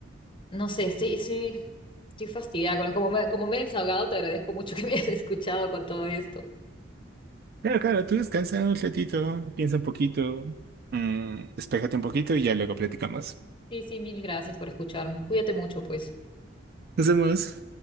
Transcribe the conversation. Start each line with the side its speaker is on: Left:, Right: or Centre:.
Left: no sé, estoy, estoy, estoy fastidiada, con- como me, como me he desahogado, te agradezco mucho <laughs> que me hayas escuchado con todo esto.
Right: Claro, claro, tú descansa un ratito, piensa un poquito, mm, despéjate un poquito y ya luego platicamos.
Left: Sí, sí, mil gracias por escucharme, cuídate mucho, pues.
Right: Nos vemos.